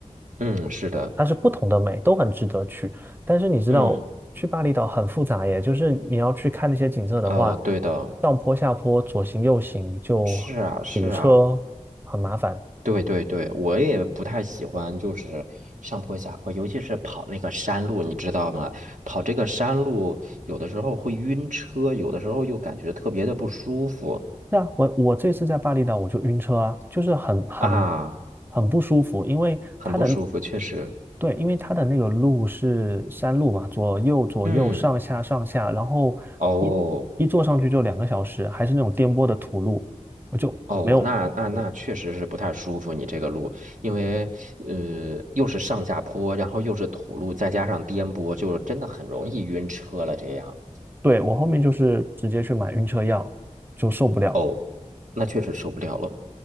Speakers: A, on the right (about 80°); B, on the right (about 15°).
A: 嗯，是的，
B: 它是不同的美，都很值得去。但是你知道，
A: 嗯
B: 去巴厘岛很复杂耶，就是你要去看那些景色的话，
A: 哦，对的，
B: 上坡下坡，左行右行就
A: 是啊是啊，
B: 堵车，很麻烦。
A: 对对对，我也不太喜欢就是上坡下坡，尤其是跑那个山路，你知道吗？跑这个山路有的时候会晕车，有的时候又感觉特别的不舒服
B: 那我我这次在巴厘岛我就晕车啊，就是很很
A: 啊，
B: 很不舒服，因为它的
A: 很不舒服，确实。
B: 对，因为它的那个路是山路嘛，左右左右上下上下，
A: 嗯。
B: 然后一一坐上去就两个小时，
A: 哦
B: 还是那种颠簸的土路，我就没有。
A: 哦，那那那确实是不太舒服，
B: 对。
A: 你这个路，因为呃又是上下坡，然后又是土路，再加上颠簸，就真的很容易晕车了。这样，
B: 对，我后面就是直接去买晕车药，就受不了。
A: 哦，那确实受不了了。